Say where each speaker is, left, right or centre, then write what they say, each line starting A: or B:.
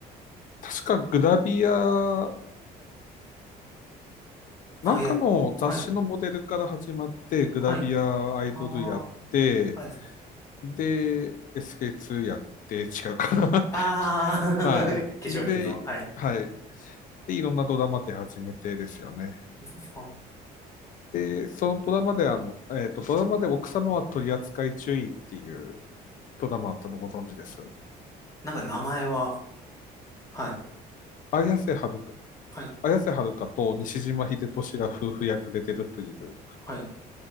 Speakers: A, on the left (about 50°); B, on the left (about 20°).
A: 確かグラビア、なんかの雑誌のモデルから始まって、
B: あ、いや、はい、
A: グラビアアイドルやって、
B: はい、ああ、はい。
A: で、SK2 やって、違うかな。
B: ああ、
A: <laughs>
B: <laughs> 化
A: はい。
B: 粧品の、
A: で、
B: はい。
A: はい。で、いろんなドラマ出始めてですよね。
B: あ
A: で、そのドラマであの、えっと、ドラマで奥様は取り扱い注意っていうドラマあったのご存知です
B: なんか名前は、はい、
A: 綾瀬はるか、
B: はい、
A: 綾瀬はるかと西島秀俊が夫婦役で出るという
B: はい。はい